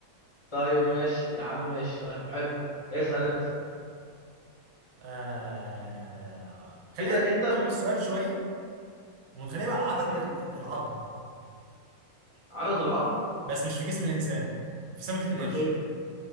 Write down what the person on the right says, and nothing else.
آه خلينا
نقلب السؤال شوية ونخليه بقى
عدد
ال- العظم
بس مش في جسم الإنسان في سمكة القرش